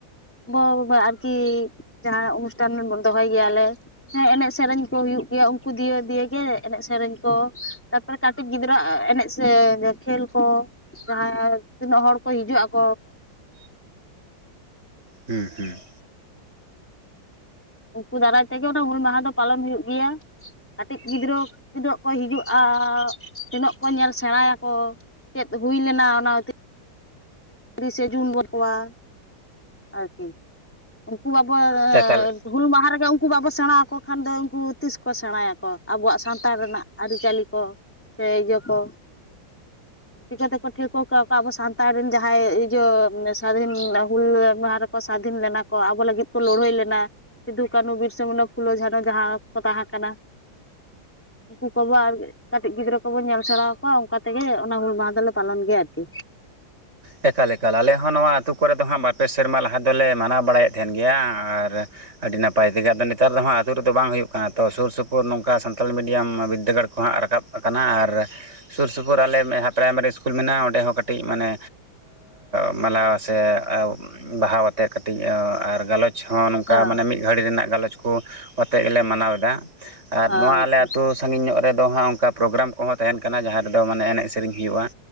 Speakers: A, in the centre; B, on the right (about 35°).
A: ᱵᱚ ᱵᱟᱵᱟ ᱟᱨᱠᱤ ᱡᱟᱦᱟᱸ ᱚᱱᱩᱥᱴᱷᱟᱱ ᱫᱚᱦᱚᱭ ᱜᱮᱭᱟᱞᱮ ᱦᱮᱸ ᱮᱱᱮᱡ ᱥᱮᱨᱮᱧ ᱠᱚ ᱦᱩᱭᱩᱜ ᱜᱮᱭᱟ ᱩᱱᱠᱩ ᱫᱤᱭᱮ ᱫᱤᱭᱮ ᱜᱮ ᱮᱱᱮᱡ ᱥᱮᱨᱮᱧ ᱠᱚ ᱛᱟᱨᱯᱚᱨᱮ ᱠᱟᱹᱴᱤᱡ ᱜᱤᱫᱽᱨᱟᱹ ᱟᱜ ᱮᱱᱮᱡ ᱥᱮᱨᱮᱧ ᱠᱷᱮᱞ ᱠᱚ ᱡᱟᱦᱟᱸ ᱛᱤᱱᱟᱹᱜ ᱦᱚᱲ ᱠᱚ ᱦᱤᱡᱩᱜ ᱟᱠᱚ
B: ᱦᱩᱸ ᱦᱩᱸ
A: ᱩᱱᱠᱩ ᱫᱟᱨᱟᱭ ᱛᱮᱜᱮ ᱚᱱᱟ ᱦᱩᱞ ᱢᱟᱦᱟ ᱫᱚ ᱯᱟᱞᱚᱱ ᱦᱩᱭᱩᱜ ᱜᱮᱭᱟ᱾ ᱠᱟᱹᱴᱤᱡ ᱜᱤᱫᱽᱨᱟᱹ ᱴᱤᱱᱟᱹᱜᱟ ᱠᱚ ᱦᱤᱡᱩᱜᱼᱟ ᱛᱤᱱᱟᱹᱜ ᱠᱚ ᱧᱮᱞ ᱥᱮᱬᱟᱭᱟᱠᱚ᱿ ᱪᱮᱫ ᱦᱩᱭ ᱞᱮᱱᱟ ᱚᱱᱟ᱾ ᱛᱤᱨᱤᱥᱮ ᱡᱩᱱ ᱵᱚᱱ <unintelligible> ᱟᱨᱠᱤ ᱩᱱᱠᱩ ᱵᱟᱵᱚ
B: ᱮᱠᱟᱞ
A: ᱦᱩᱞ ᱢᱟᱦᱟ ᱨᱮᱜᱮ ᱩᱱᱠᱩ ᱵᱟᱵᱚ ᱥᱮᱬᱟ ᱟᱠᱚ ᱠᱷᱟᱱ ᱫᱚ ᱩᱱᱠᱩ ᱛᱤᱥ ᱠᱚ ᱥᱮᱬᱟᱭᱟᱠᱚ ᱟᱵᱚᱣᱟᱜ ᱥᱟᱱᱛᱟᱲ ᱨᱮᱱᱟᱜ ᱟᱹᱨᱤᱪᱟᱹᱞᱤ ᱠᱚ᱿ ᱥᱮ ᱤᱭᱟᱹ ᱠᱚ ᱪᱤᱠᱟᱹᱛᱮᱠᱚ ᱴᱷᱟᱹᱣᱠᱟᱹ ᱠᱚᱣᱟ ᱟᱵᱚ ᱥᱟᱱᱛᱟᱲ ᱨᱮᱱ ᱡᱟᱦᱟᱸᱭ ᱤᱭᱟᱹ ᱥᱟᱫᱷᱤᱱ ᱦᱩᱞ᱿ ᱥᱟᱹᱫᱷᱤᱱ ᱞᱮᱱᱟ ᱠᱚ ᱟᱵᱚ ᱞᱟᱹᱜᱤᱫ ᱠᱚ ᱞᱟᱹᱲᱦᱟᱹᱭ ᱞᱮᱱᱟ᱿ ᱥᱤᱫᱩ ᱠᱟᱹᱱᱦᱩ ᱵᱤᱨᱥᱟᱹ ᱢᱩᱱᱰᱟ ᱯᱷᱩᱞᱳ ᱡᱷᱟᱱᱚ ᱡᱟᱦᱟᱸ ᱠᱚ ᱛᱟᱦᱮᱸ ᱠᱟᱱᱟ᱾ ᱩᱱᱠᱩ ᱠᱚᱵᱚ ᱟᱨ ᱠᱟᱹᱴᱤᱡ ᱜᱤᱫᱽᱨᱟᱹ ᱠᱚᱵᱚ ᱧᱮᱞ ᱥᱮᱸᱲᱟ ᱟᱠᱚᱣᱟ ᱚᱱᱠᱟ ᱛᱮᱜᱮ᱾ ᱚᱱᱟ ᱦᱩᱞ ᱢᱟᱦᱟ ᱫᱚᱞᱮ ᱯᱟᱞᱚᱱ ᱜᱮᱭᱟ ᱟᱨᱠᱤ᱾
B: ᱮᱠᱟᱞ ᱮᱠᱟᱞ ᱟᱞᱮ ᱦᱚᱸ ᱱᱚᱣᱟ ᱟᱹᱛᱩ ᱠᱚᱨᱮᱫ ᱫᱚ ᱦᱟᱸᱜ ᱵᱟᱨᱯᱮ ᱥᱮᱨᱢᱟ ᱞᱟᱦᱟ ᱫᱚᱞᱮ ᱢᱟᱱᱟᱣ ᱵᱟᱲᱟᱭᱮᱫ ᱛᱟᱦᱮᱱ ᱜᱮᱭᱟ ᱟᱨ ᱟᱹᱰᱤ ᱱᱟᱯᱟᱭ ᱛᱮᱜᱮ ᱟᱫᱚ ᱱᱮᱛᱟᱨ ᱫᱚ ᱦᱟᱸᱜ ᱟᱹᱛᱩ ᱨᱮᱫᱚ ᱵᱟᱝ ᱦᱩᱭᱩᱜ ᱠᱟᱱᱟ ᱛᱚ ᱥᱩᱨ ᱥᱩᱯᱩᱨ ᱱᱚᱝᱠᱟ ᱥᱟᱱᱛᱟᱞᱤ ᱢᱤᱰᱤᱭᱟᱢ ᱵᱤᱫᱽᱫᱟᱹᱜᱟᱲ ᱠᱚ ᱦᱟᱸᱜ ᱨᱟᱠᱟᱵᱽ ᱠᱟᱱᱟ ᱟᱨ ᱥᱩᱨ ᱥᱩᱯᱩᱨ ᱟᱞᱮ ᱢᱮᱫ ᱯᱨᱟᱭᱢᱟᱨᱤ ᱤᱥᱠᱩᱞ ᱢᱮᱱᱟᱜᱼᱟ ᱚᱸᱰᱮ ᱦᱚᱸ ᱠᱟᱹᱴᱤᱡ ᱢᱟᱱᱮ ᱢᱟᱞᱟ ᱥᱮ ᱵᱟᱦᱟ ᱟᱛᱮᱜ ᱠᱟᱹᱴᱤᱡ ᱟᱨ ᱜᱟᱞᱚᱪ ᱦᱚᱸ ᱱᱚᱝᱠᱟ
A: ᱦᱮᱸ
B: ᱢᱟᱱᱮ ᱢᱤᱫ ᱜᱷᱟᱹᱲᱤ ᱨᱮᱱᱟᱜ ᱜᱟᱞᱚᱪ ᱠᱚ ᱟᱛᱮᱫ ᱜᱮᱞᱮ ᱢᱟᱱᱟᱣ ᱮᱫᱟ᱿ ᱟᱨ
A: ᱦᱮᱸ ᱟᱪᱪᱷᱟ
B: ᱱᱚᱣᱟ ᱟᱞᱮ ᱟᱹᱛᱩ᱾ ᱥᱟᱺᱜᱤᱧ ᱧᱚᱜ ᱨᱮᱫᱚ ᱦᱟᱸᱜ ᱚᱱᱠᱟ ᱯᱨᱳᱜᱨᱟᱢ ᱠᱚᱦᱚᱸ ᱛᱟᱦᱮᱱ ᱠᱟᱱᱟ ᱡᱟᱦᱟᱸ ᱨᱮᱫᱚ ᱢᱟᱱᱮ ᱮᱱᱮᱡ ᱥᱮᱨᱮᱧ ᱦᱩᱭᱩᱜᱼᱟ᱾